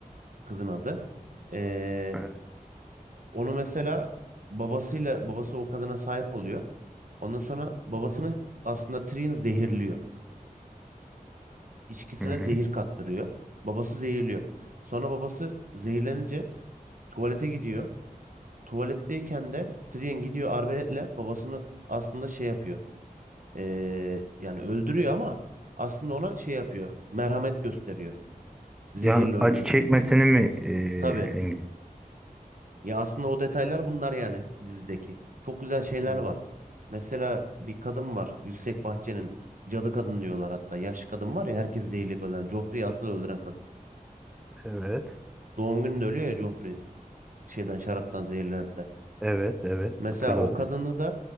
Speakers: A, on the right; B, in the centre.
A: kızın adı. Ee,
B: Evet.
A: onu mesela babasıyla babası o kadına sahip oluyor. Ondan sonra babasını aslında Trian zehirliyor. içkisine
B: Hı hı.
A: zehir kattırıyor. Babası zehirliyor. Sonra babası zehirlenince tuvalete gidiyor. Tuvaletteyken de Tyrion gidiyor arbaletle babasını aslında şey yapıyor. Ee, yani öldürüyor ama aslında ona şey yapıyor. Merhamet gösteriyor. Zehirle
B: Yani
A: ölmesin
B: acı çekmesini
A: diye.
B: mi e,
A: Tabii.
B: engel?
A: Ya aslında o detaylar bunlar yani dizideki. Çok güzel şeyler
B: Hı.
A: var. Mesela bir kadın var. Yüksek Bahçe'nin cadı kadın diyorlar hatta. Yaşlı kadın var ya herkes zehirleyip ölen. Joffrey'i asıl öldüren kadın.
B: Evet.
A: Doğum gününde ölüyor ya Joffrey. şeyden şaraptan zehirlenip de.
B: Evet, evet.
A: Mesela
B: Hatırladım.
A: o kadını da